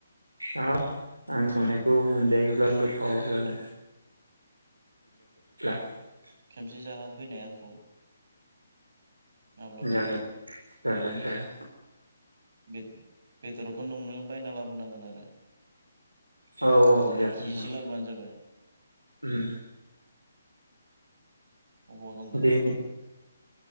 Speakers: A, on the right; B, on the right.
A: हाब आं संनायखौ मोनजायोब्ला गोथाव जागोन। <unintelligible>
B: खेमसे जाहोफैनाय आंखौ माब्लाबा
A: जागोन जागोन जागोन
B: बे बेदरखौ नोंनो बायना लाबोनांगोन आरो
A: औ जागोन
B: एकखिजिसो
A: जागोन
B: लाबोबान जाबाय
A: उम
B: अबाव दं दालाय
A: दि